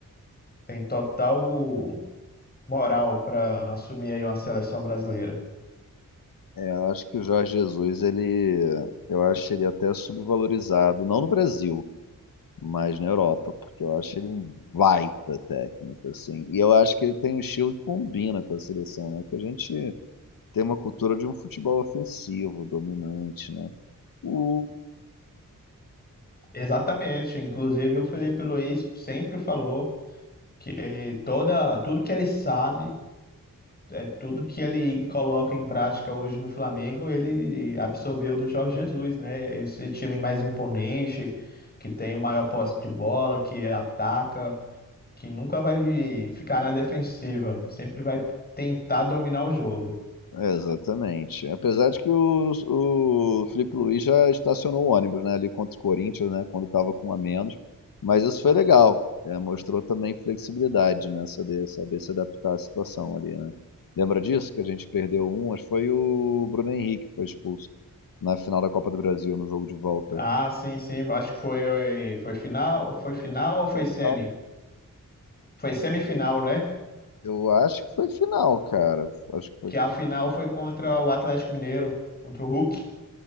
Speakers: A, on the left; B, on the left.
A: têm total moral para assumir aí uma seleção brasileira.
B: É, eu acho que o Jorge Jesus, ele, eu acho ele até subvalorizado, não no Brasil. mais na Europa, porque eu acho ele um baita técnico, assim. E eu acho que ele tem um estilo que combina com a seleção, né? Que a gente tem uma cultura de um futebol ofensivo, dominante, né? O...
A: Exatamente, inclusive o Felipe Luiz sempre falou que toda, tudo que ele sabe, é tudo que ele coloca em prática hoje no Flamengo, ele absorveu do Jorge Jesus, né? Esse time mais imponente, que tem o maior posse de bola, que ataca que nunca vai ficar na defensiva, sempre vai tentar dominar o jogo.
B: é, Exatamente. Apesar de que o, o Felipe Luiz já estacionou o ônibus, né? Ali contra o Corinthians, né? Quando estava com um a menos. Mas isso foi legal. É, mostrou também flexibilidade, né? Saber, saber se adaptar à situação ali, né? Lembra disso? Que a gente perdeu um, acho que foi o Bruno Henrique que foi expulso. na final da Copa do Brasil, no jogo de volta.
A: Ah, sim, sim, eu acho que foi, foi final, foi final ou foi
B: Foi
A: semi?
B: final?
A: Foi semifinal, né?
B: Eu acho que foi final, cara. Acho que foi.
A: Que a final foi contra o Atlético Mineiro, contra o Hulk,